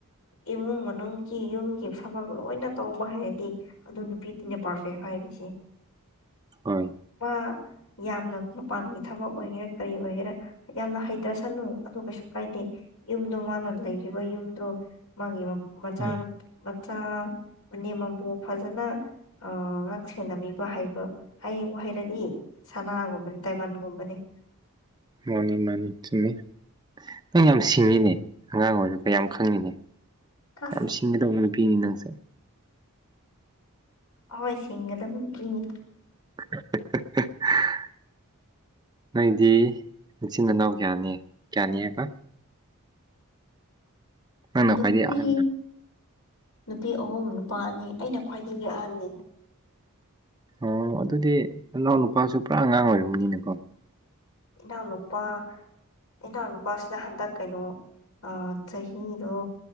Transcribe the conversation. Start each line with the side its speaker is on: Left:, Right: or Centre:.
Left: ꯏꯃꯨꯡ ꯃꯅꯨꯡꯒꯤ ꯌꯨꯝꯒꯤ ꯊꯕꯛ ꯂꯣꯏꯅ ꯇꯧꯕ ꯍꯥꯏꯔꯗꯤ ꯑꯗꯨ ꯅꯨꯄꯤꯗꯨꯅꯦ ꯄꯥꯔꯐꯦ ꯍꯥꯏꯔꯁꯤꯈꯤ
Right: <unintelligible> <inaudible> ꯍꯣꯏ
Left: <unintelligible> <inaudible> ꯌꯥꯝꯅ ꯃꯄꯥꯟꯒꯤ ꯊꯕꯛ ꯑꯣꯏꯒꯦꯔꯥ ꯀꯔꯤ ꯑꯣꯏꯒꯦꯔꯥ ꯌꯥꯝꯅ ꯍꯩꯇꯁꯅꯨ ꯑꯗꯨ ꯀꯩꯁꯨ ꯀꯥꯏꯗꯦ ꯌꯨꯝꯗꯣ ꯃꯥꯅ ꯂꯩꯔꯤꯕ ꯌꯨꯝꯗꯣ ꯃꯥꯒꯤ ꯃꯆꯥꯅꯨ
Right: ꯎꯝ
Left: ꯆꯥ ꯃꯅꯦꯝ ꯃꯕꯣꯛ ꯐꯖꯅ ꯉꯥꯛ ꯁꯦꯟꯅꯕꯤꯕ ꯍꯥꯏꯕ ꯍꯩ ꯎ ꯍꯩꯔꯗꯤ ꯁꯅꯥꯒꯨꯝꯕꯅꯤ ꯗꯥꯏꯃꯟꯒꯨꯝꯕꯅꯤ
Right: ꯃꯅꯤ ꯃꯥꯅꯤ ꯊꯤꯟꯃꯤ ꯅꯪ ꯌꯥꯝ ꯁꯤꯡꯉꯤꯅꯦ ꯑꯉꯥꯡ ꯑꯣꯏꯔꯒ ꯌꯥꯝ ꯈꯪꯉꯤꯅꯦ
Left: ꯑꯁ
Right: ꯌꯥꯝ ꯁꯤꯡꯒꯗꯧꯅꯅ ꯄꯤꯅꯤ ꯅꯪꯁꯦ
Left: ꯍꯣꯏ ꯁꯤꯡꯒꯗꯕꯅꯤꯅꯤ
Right: <unintelligible> <inaudible> ꯅꯪꯗꯤ ꯃꯆꯤꯟ ꯏꯅꯥꯎ ꯀꯌꯥꯅꯤ ꯀꯌꯥꯅꯤ ꯍꯥꯏꯕ ꯅ ꯅ
Left: ꯅꯨꯄꯤ
Right: ꯈꯥꯏꯗ ꯑꯍ
Left: ꯅꯨꯄꯤ ꯑꯍꯨꯝ ꯅꯨꯄꯥ ꯑꯅꯤ ꯑꯩꯅ ꯈ꯭ꯋꯥꯏꯗꯒꯤ ꯑꯍꯟꯅꯤ
Right: ꯑꯣ ꯑꯗꯨꯗꯤ ꯅꯅꯥꯎ ꯅꯨꯨꯄꯥꯁꯨ ꯄꯨꯔꯥ ꯑꯉꯥꯡ ꯑꯣꯏꯔꯝꯅꯤꯅꯀꯣ
Left: ꯏꯟꯅ ꯎꯅꯄꯥꯥ ꯑꯩꯅꯍꯅ ꯄꯁ ꯅ ꯍꯥꯟꯟꯗ ꯀꯩꯅꯣ ꯑ ꯆꯍꯤ ꯔꯣ